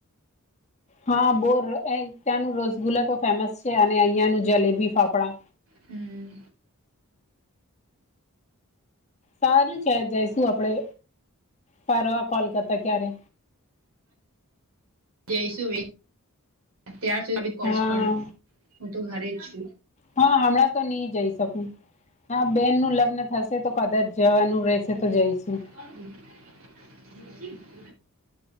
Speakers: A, on the left; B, on the right.
A: હા બો ત્યાંનું રસગુલ્લા તો ફેમસ છે અને અહિયાંનું જલેબી ફાફડા
B: હમ
A: સારું છે જઈશું આપડે ફારવા કોલ કરતા ક્યારે
B: જયશ ભાઈ અત્યાર સુધી કોજ
A: હા
B: પણ હું તો ઘરે જ છું
A: હા હમણાં તો નહી જઈ શકું હા બેન નું લગ્ન થશે તો કદાચ જવાનું રહેશે તો જઈશું.
B: <inaudible>